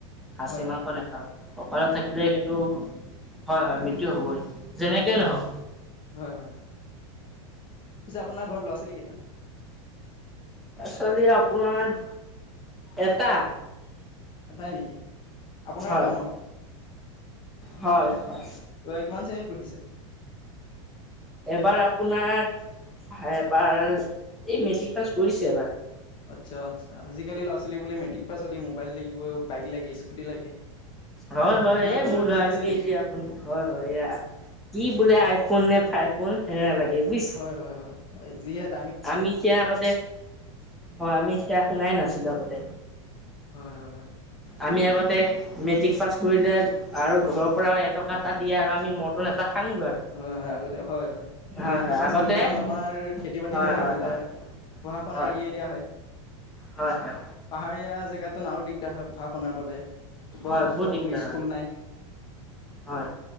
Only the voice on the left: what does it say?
হয় হয়
হয় হয় পিছে আপোনাৰ ঘৰত লোৱা আছিল কিেইটা
এটাই নেকি আপোনাৰ
লৰা
ন
অ কিমান শ্ৰেণীত পঢ়িছে
আচ্ছা আচ্ছা আজিকালি ল'ৰা ছোৱালী বোলে মেট্ৰিক পাছ চলি মোবাইল লাগিব বাইক লাগে স্কুটি লাগে
আপোনাৰতো
খুজি
আছে নেকি
হয় হয় হয় যিহেতু
হয় হয় হয়
হয়, হয়, আগতে হয় হয় আ
মেট্ৰিক
পাছ
কৰিলে আপোনাৰ খেতি বাতি
তেয়া লাগি
যায় আৰু পঢ়া শুনা
এৰিয়ে দিয়া হয়।
পাহাৰীয়া জেগাতন আৰু দিগদাৰ হয় পঢ়া শুনাৰ বাবে উপযুক্ত
কোনো স্কুল নাই